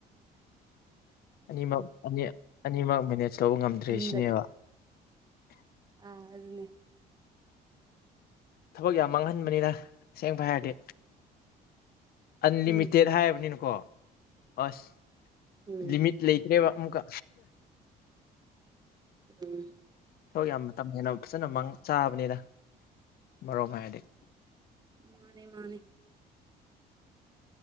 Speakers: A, on the left; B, on the right.
A: ꯑꯅꯤꯃꯛ ꯑꯅꯤꯃꯛ ꯃꯦꯅꯦꯖ ꯇꯧꯕ ꯉꯝꯗ꯭ꯔꯦ
B: ꯌꯨꯝꯗ
A: ꯁꯤꯅꯦꯕ <inaudible>
B: ꯑꯥ ꯑꯗꯨꯅꯦ
A: ꯊꯕꯛ ꯌꯥꯝ ꯃꯥꯡꯍꯟꯕꯅꯤꯗ ꯑꯁꯦꯡꯕ ꯍꯥꯏꯔꯗꯤ ꯑꯟꯂꯤꯃꯤꯇꯦꯠ
B: ꯎꯝ
A: ꯍꯥꯏꯕꯅꯤꯅꯀꯣ ꯑꯁ
B: ꯎꯝ
A: ꯂꯤꯃꯤꯠ ꯂꯩꯇ꯭ꯔꯦꯕ ꯑꯃꯨꯛꯀ
B: ꯎꯝ
A: ꯍꯣꯏ ꯌꯥꯝ ꯃꯇꯝ ꯍꯦꯟꯅ ꯐꯖꯟꯅ ꯃꯥꯡ ꯆꯥꯕꯅꯤꯗ ꯑꯃꯔꯣꯝ ꯍꯥꯏꯔꯗꯤ
B: ꯃꯥꯅꯦ ꯃꯥꯅꯦ